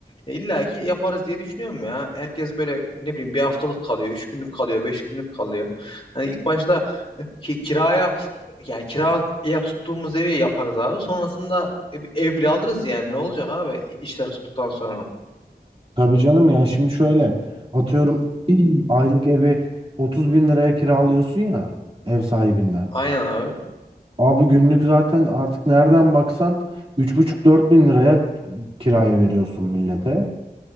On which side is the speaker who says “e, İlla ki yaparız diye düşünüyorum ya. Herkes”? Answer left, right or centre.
Left